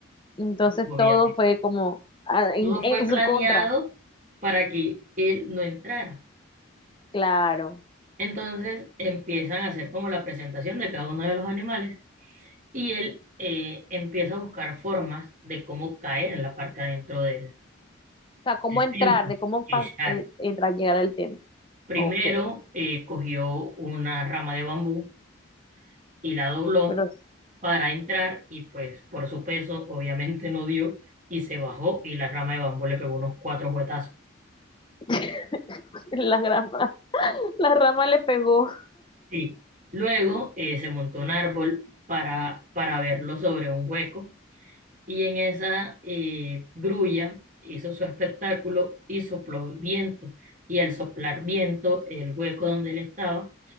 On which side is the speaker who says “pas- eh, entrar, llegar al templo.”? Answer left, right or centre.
Left